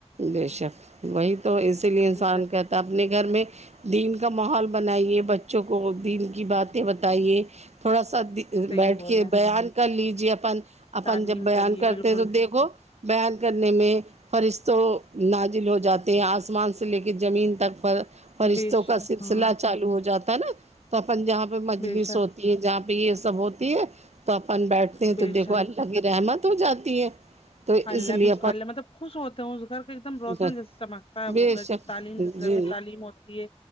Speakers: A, on the right; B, on the left.
A: بے شک وہی تو اسی لیے انسان
B: جی سر
A: کہتا ہے اپنے گھر میں دین کا ماحول بنائیے بچوں کو دین کی باتیں بتائیے تھوڑا سا
B: صحیح
A: بیٹھ
B: بولے
A: کے بیان کر لیجے اپن اپن
B: تعلیم
A: جب بیان
B: کریے
A: کرتے
B: بالکل
A: ہیں تو دیکھو بیان کرنے میں فرشت تو نازل ہو جاتے ہیں آسمان سے لے کے زمین تک پر فشتوں
B: بے شک
A: کا سلسلہ
B: ہاں
A: چالو ہو جاتا ہے نا تو اپن جہاں پہ مجلس
B: بے شک
A: ہو تی ہے جہاں پہ یہ سب ہوتی ہے تو اپن بیٹھتے ہیں
B: بے
A: تو دیکھو
B: شک
A: اللہ کی رحمت ہو جاتی ہے تو
B: اللہ
A: اس لیے
B: بھی
A: اپن
B: اللہ مطلب خوش ہوتے ہیں اس گھر کا ایکدم روشن
A: کو
B: جیسے چمکتا ہے
A: بے
B: وہ
A: شک
B: جب تعلیم جس گھر
A: جی
B: میں تعلیم ہوتی ہے